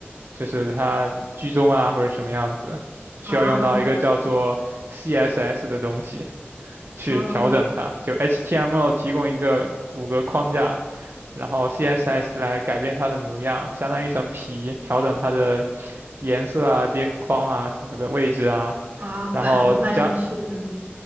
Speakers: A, on the right (about 60°); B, on the right (about 40°).
A: 就是它居中啊或者什么样子，需要用到一个叫做
B: 啊
A: CSS 的东西去调整它。
B: 哦
A: 就 HTML 提供一个骨骼框架，然后 CSS 来改变它的模样，相当于一层皮，调整它的颜色啊、边框啊什么的位置啊。
B: 啊，
A: 然后加，
B: 蛮蛮有趣的，